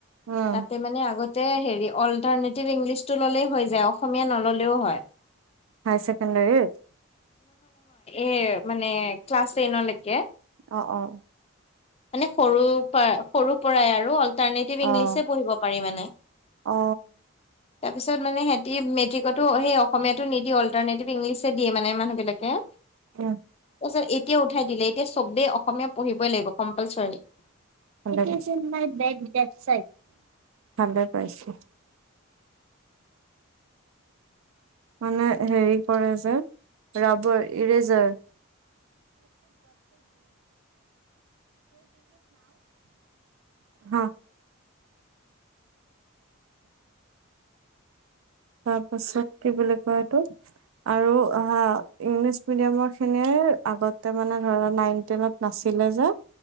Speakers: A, on the right; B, on the left.
A: উম,
B: তাতে মানে আগতে হেৰি অল্টাৰনেটিভ ইংলিছটো ল'লেই হৈ যায় অসমীয়া নল'লেও হয়।
A: হাই ছেকেণ্ডাৰীত।
B: এ মানে ক্লাছ টেনলৈকে।
A: অ অ।
B: মানে সৰু পাই সৰুৰ পৰাই আৰু অল অল্টাৰনেটিভ
A: অ',
B: ইংলিছহে পঢ়িব পাৰি মানে।
A: অ।
B: তাৰপিছত মানে সিহঁতি মেট্ৰিকতো সেই অসমীয়াতো নিদি অল্টাৰনেটিভ ইংলিছহে দিয়ে মানে মানুহ বিলাকে।
A: উ।
B: তাৰ পাছত এতিয়া উঠাই দিলে এতিয়া চবেই অসমীয়া পঢ়িবই লাগিব। Compulsory.
A: It is in my bag, that side. ভালে পাইছো। মানে হেৰি কৰে যে ৰাবাৰ ইৰেজাৰ। হা। তাৰপাছত কি বুলি কয় এইটো আৰু হা ইংলিছ মিডিয়ামৰ খিনিয়ে আগতে মানে ধৰা নাইন টেনত নাছিলে যে